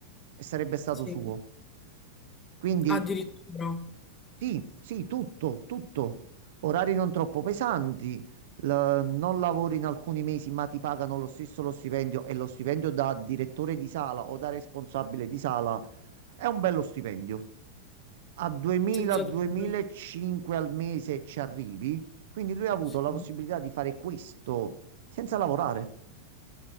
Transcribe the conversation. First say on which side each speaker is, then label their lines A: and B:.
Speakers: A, on the right; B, on the left.
A: e sarebbe stato
B: sì,
A: suo. Quindi
B: addirittura,
A: sì, sì, tutto, tutto. Orari non troppo pesanti, l- non lavori in alcuni mesi, ma ti pagano lo stesso lo stipendio e lo stipendio da direttore di sala o da responsabile di sala è un bello stipendio a 2000-2005
B: senza dubbio,
A: al mese ci arrivi. Quindi lui ha avuto
B: sì.
A: la possibilità di fare questo senza lavorare.